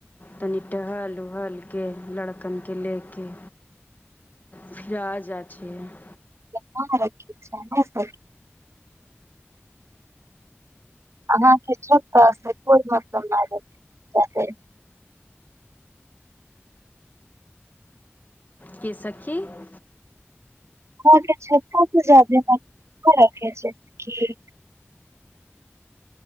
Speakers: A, on the left; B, on the right.
A: तनि टहल उहलकेँ लड़कने लेके फिर आ जा छियैक
B: हँ रखय छैक अहाँके छ <unintelligible> त को मतागतै
A: केँ सखी ह <inaudible>
B: ह त छै <unintelligible> ख छै <unintelligible> क <inaudible>